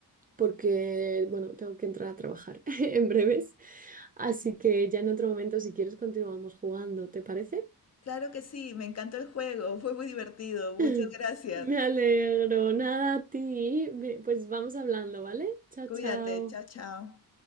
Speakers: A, on the right (about 25°); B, on the left (about 45°).
A: porque, bueno, tengo que entrar a trabajar <laughs> en breves. Así que ya en otro momento, si quieres, continuamos jugando, ¿te parece?
B: Claro que sí, me encantó el juego, fue muy divertido.
A: <laughs>
B: Muchas gracias.
A: Me alegro. Nada a ti. Ve- Pues vamos hablando, ¿vale? Chao,
B: Cuídate,
A: chao.
B: chao, chao.